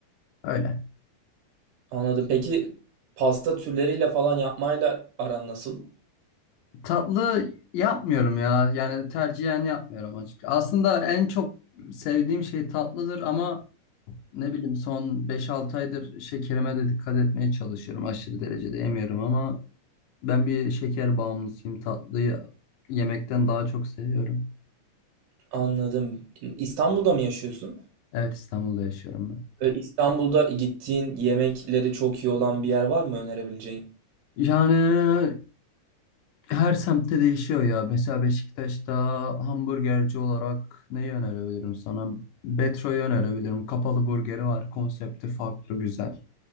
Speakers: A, on the left; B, on the right.
A: Öyle.
B: Anladım. Peki pasta türleriyle falan yapmayla aran nasıl?
A: Tatlı yapmıyorum ya. Yani tercihen yapmıyorum açık. Aslında en çok sevdiğim şey tatlıdır ama ne bileyim son beş altı aydır şekerime de dikkat etmeye çalışıyorum. Aşırı derecede yemiyorum ama ben bir şeker bağımlısıyım. Tatlıyı yemekten daha çok seviyorum.
B: Anladım. İstanbul'da mı yaşıyorsun?
A: Evet İstanbul'da yaşıyorum ben.
B: Ee, İstanbul'da gittiğin yemekleri çok iyi olan bir yer var mı önerebileceğin?
A: Yani her semtte değişiyor ya. Mesela Beşiktaş'ta hamburgerci olarak neyi önerebilirim sana? Betro'yu önerebilirim. Kapalı burgeri var. Konsepti farklı, güzel.